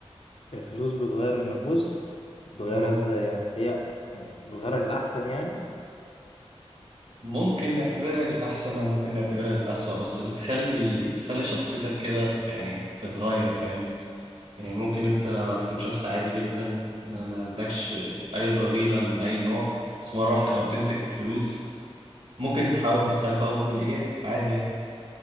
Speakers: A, on the left; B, on the right.
A: الفلوس بتغير النفوس بتغيرها
B: مم.
A: ازاي يعني هي يعني بتغيرها للأحسن يعني
B: ممكن نعتبرها للأحسن أو ممكن نعتبرها للأسوأ بس بتخلي بتخلي شخصيتك كده ت- يعني تتغير فاهم يعني ممكن أنت تكون شخص عادي جدا ما, ما عندكش أي ضغينة من أي نوع بس مرة واحدة لما بتمسك فلوس ممكن تحاول بالسلب او بالايجاب عادي يعني